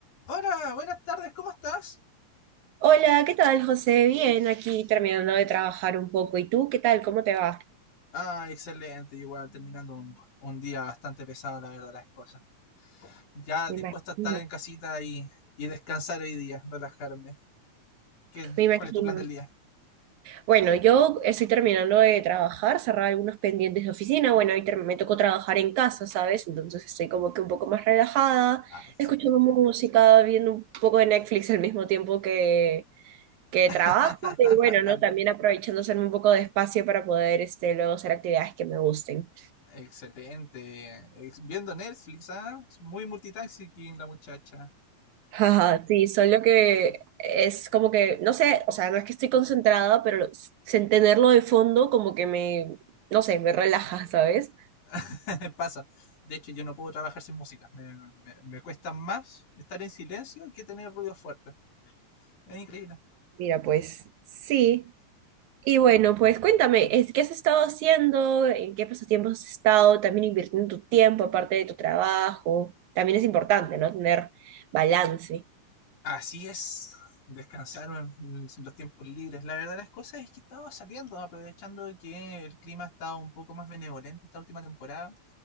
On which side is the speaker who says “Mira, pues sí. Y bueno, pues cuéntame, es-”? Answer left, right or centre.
Right